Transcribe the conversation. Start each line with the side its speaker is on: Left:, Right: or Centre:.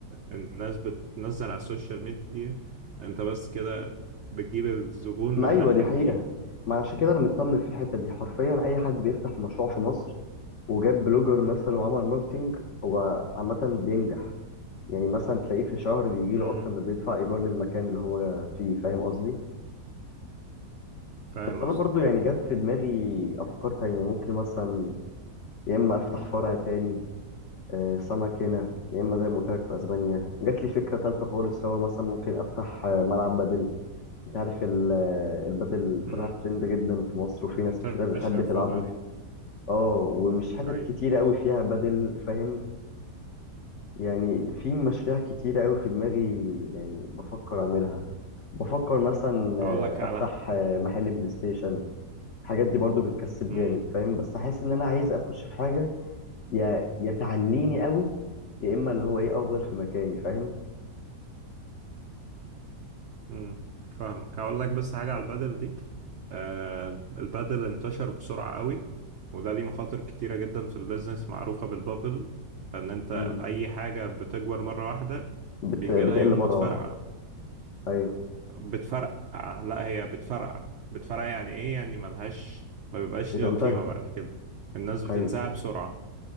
Right: الناس بتنزل على السوشيال ميديا انت بس كده بتجيب الزبون
Left: ما
Right: من الناحية
Left: ايوه دي حقيقه
Right: دي يعني
Left: ما عشان كده انا مطمن في الحته دي حرفيا اي حد بيفتح مشروع في مصر وجاب بلوجر مثلا وعمل ماركتينج هو عامه بينجح يعني مثلا تلاقيه في شهر بيجيله
Right: امم
Left: اكتر ما بيدفع ايجار للمكان اللي هو فيه فاهم قصدي
Right: فاهم
Left: بس انا
Right: قصدك
Left: برضو يعني جت في دماغي افكار تانية ممكن مثلا يا اما افتح فرع تاني آه، سمك هنا يا اما زي ما قلت لك في اسبانيا جات لي فكره تالتة خالص هو مثلا ممكن افتح آه، ملعب بدل انت عارف ال- آه، البدل
Right: امم
Left: طلع ترند جدا في مصر وفي
Right: منتشر
Left: ناس كتيره بتحب
Right: الفترة
Left: تلعبه
Right: دي
Left: اه ومش حتت
Right: اي
Left: كتيره قوي فيها بدل فاهم يعني في مشاريع كتيره قوي في دماغي يعني بفكر اعملها بفكر مثلا آه،
Right: اقول لك على
Left: افتح آه، محل بلاي ستيشن الحاجات دي برضو بتكسب
Right: امم
Left: جامد فاهم بس احس ان انا عايز اخش في حاجه يا يا تعليني قوي يا اما اللي هو ايه افضل في مكاني فاهم
Right: امم فاهمك هقول لك بس حاجة على البدل دي آه البدل انتشر بسرعة قوي وده ليه مخاطر كتيرة جدا في البيزنس معروفة بالبابل ان انت
Left: امم
Right: اي حاجة بتكبر مرة واحدة
Left: بت...
Right: بيجي
Left: بتقل
Right: لها يوم
Left: مره
Right: وتفرقع
Left: واحده ايوه
Right: بتفرقع لا هي بتفرقع بتفرقع يعني ايه يعني ملهاش ما بيبقاش
Left: بتنتهي
Right: ليها قيمة بعد كده الناس بتنساها
Left: ايوه
Right: بسرعة